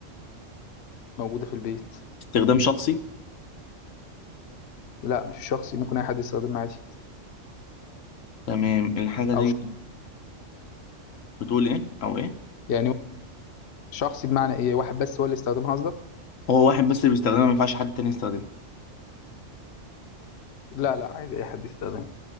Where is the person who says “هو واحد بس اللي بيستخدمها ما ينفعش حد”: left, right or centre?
Left